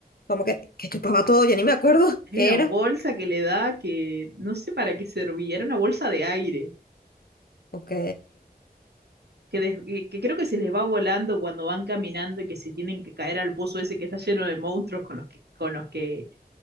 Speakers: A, on the left; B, on the right.
A: Como que, que chupaba todo, ya ni me acuerdo
B: Hay
A: <laughs> qué
B: una
A: era.
B: bolsa que le da que no sé para qué servía, era una bolsa de aire.
A: Ok.
B: que, des- que- que creo que se les va volando cuando van caminando y que se tienen que caer al pozo ese que está lleno de monstruos con los que, con los que,